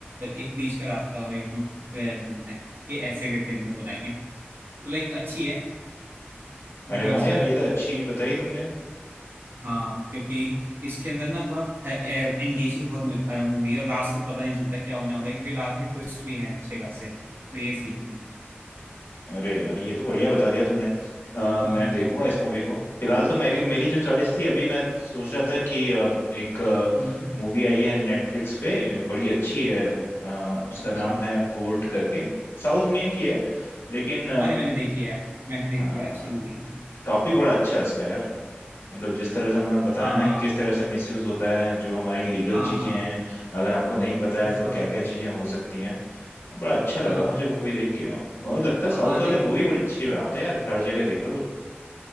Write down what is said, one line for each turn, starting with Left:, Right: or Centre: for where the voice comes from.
Right: एक बीच का रास्ता यू नो ढूंढना है ये ऐसे करके हमने बनाई है तो लाइक अच्छी है बिकॉज
Left: अरे वाह यार ये तो अच्छी बताई तुमने
Right: हाँ क्योंकि इसके अंदर ना थोड़ा एंगेजिंग बहुत मूवी है और लास्ट तक पता नहीं चलता क्या होने वाला है क्योंकि लास्ट में ट्विस्ट भी है अच्छे खासे तो ये सीन है
Left: अरे यार ये तो बढ़िया बता दिया तुमने अ,
Right: हाँ
Left: मैं देखूंगा इस मूवी को फिलहाल तो मेरी मेरी जो चॉइस थी अभी मैं सोच रहा था कि अ, एक
Right: हम्म,
Left: मूवी आई है नेटफ्लिक्स पे बड़ी अच्छी है अ, उसका
Right: अच्छी
Left: नाम है कोर्ट करके साउथ इंडियन की है लेकिन
Right: अरे मैंने देखी है मैंने देखी
Left: हाँ
Right: है अच्छी मूवी है
Left: टॉपिक बड़ा अच्छा है इसका यार मतलब जिस तरह से उन्होंने बताया
Right: हाँ
Left: ना कि किस
Right: हाँ
Left: तरह से मिसयूज होता है जो हमारी लीगल
Right: हाँ
Left: चीजें
Right: हाँ
Left: हैं अगर हमको नहीं पता
Right: For
Left: है तो
Right: sure
Left: क्या क्या चीजें हो सकती हैं बड़ा अच्छा लगा
Right: हाँ
Left: मुझे मूवी देख के मुझे लगता है साउथ
Right: हाँ
Left: वाले मूवी बड़ी अच्छी बनाते हैं यार हर जगह देख लो तो